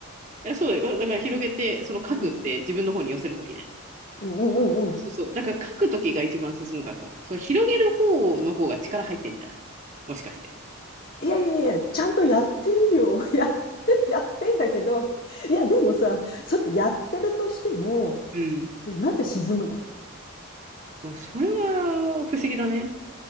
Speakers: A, on the right; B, on the left.
A: いや、そうだよ。だから広げて、その書くって自分の方に寄せるときね。
B: うん、うん、うん、うん。うん
A: あ、そうそう。だから書くときが一番進むからさ、その広げる方の方が力入ってんじゃないもしかして。
B: いやいやいや、ちゃんとやってるよ。<laughs> や、やってんだけど。いや、でもさ、それやってるとしても、
A: うん。
B: なんで沈むの
A: もうそれは不思議だね。